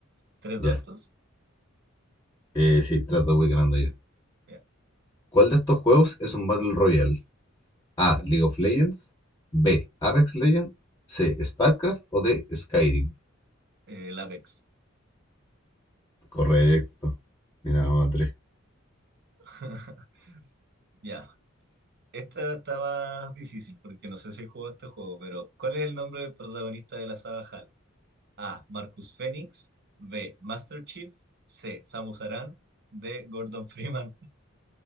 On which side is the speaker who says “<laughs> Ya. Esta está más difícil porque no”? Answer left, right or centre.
Right